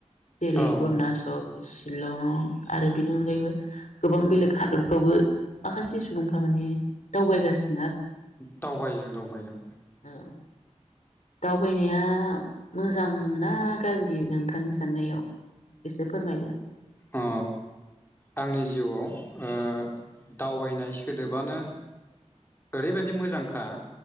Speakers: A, on the left; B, on the left.
A: जेरै
B: औ
A: अरनासल।
B: औ
A: शिलं आरो बिनि अनगायैबो गोबां बेलेग हादरफ्रावबो माखासे सुबुंफ्रा माने दावबायगासि
B: दावबायो दावबायदों
A: औ दावबायनाया मोजां ना गाज्रि? नोंथांनि साननायाव? से फोरमायदो।
B: अ आंनि जिउआव ओ दावबायनाय सोदोबानो ओरैबायदि मोजांखा